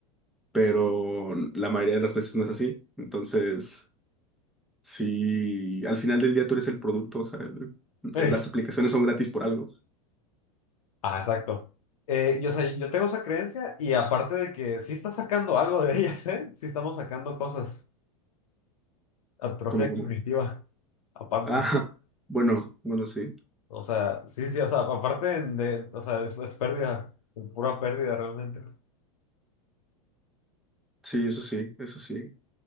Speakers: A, in the centre; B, on the left.
A: pero la mayoría de las veces no es así. Entonces, si al final del día tú eres el producto, o sea, el-
B: Ey,
A: las aplicaciones son gratis por algo,
B: Ah, exacto. Eh, yo, sé- yo tengo esa creencia y aparte de que sí está sacando algo de ellas, ¿eh? Sí estamos sacando cosas. Atrofia
A: como, como,
B: cognitiva,
A: <laughs>
B: aparte.
A: ah, bueno, bueno, sí,
B: O sea, sí, sí, o sea, aparte de, o sea, es, es pérdida, pura pérdida realmente. O
A: sí, eso sí, eso sí.